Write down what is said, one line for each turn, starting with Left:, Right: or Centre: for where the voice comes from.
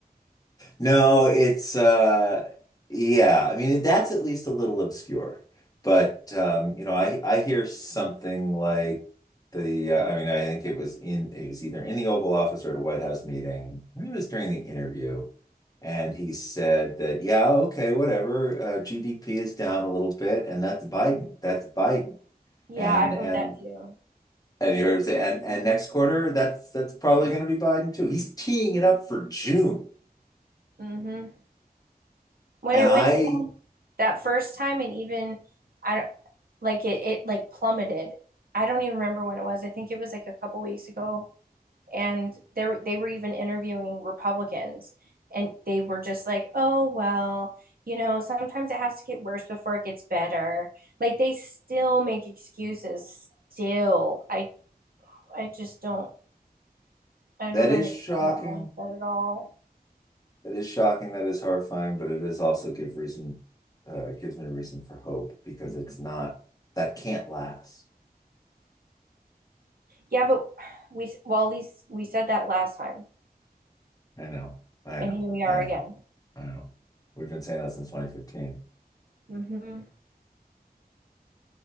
Left: No, it's uh yeah, I mean that's at least a little obscure. But um, you know, I I hear something like the uh, I mean I think it was in it was either in the Oval Office or at a White House meeting. Maybe it was during the interview and he said that yeah, okay, whatever, uh, GDP is down a little bit and that's Biden. That's Biden.
Right: Yeah,
Left: And
Right: I've
Left: and
Right: heard that too.
Left: and you heard him say and and next quarter that's that's probably going to be Biden too. He's teeing it up for June.
Right: hmm When
Left: And
Right: it
Left: I
Right: went down that first time and even I don't like it it like plummeted. I don't even remember when it was. I think it was like a couple weeks ago. and they they were even interviewing Republicans and they were just like, "Oh, well, you know, sometimes it has to get worse before it gets better." Like they still make excuses still. I I just don't I don't
Left: That is
Right: understand
Left: shocking.
Right: that mindset at all.
Left: That is shocking. That is horrifying, but it is also give reason uh it gives me reason for hope because it's not that can't last.
Right: Yeah, but we well, at least we said that last time
Left: I know. I
Right: and
Left: know.
Right: here we are
Left: I know.
Right: again.
Left: I know. We've been saying that since 2015.
Right: hmm